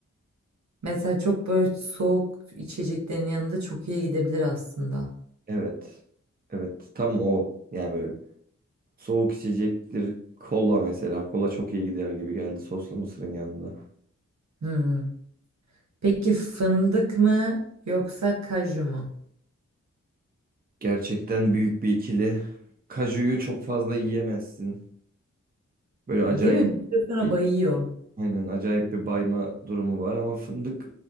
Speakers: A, on the right; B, on the right.
A: mesela çok böyle soğuk içeceklerin yanında çok iyi gidebilir aslında.
B: Evet. Evet. Tam o. Yani böyle soğuk içecektir. Kola mesela. Kola çok iyi gider gibi geldi soslu mısırın yanında.
A: Hmm. Peki fındık mı yoksa kaju mu?
B: Gerçekten büyük bir ikili. Kaju'yu çok fazla yiyemezsin. Böyle acayip
A: Değil mi? Bir süre sonra
B: bir,
A: bayıyor.
B: aynen acayip bir bayma durumu var ama fındık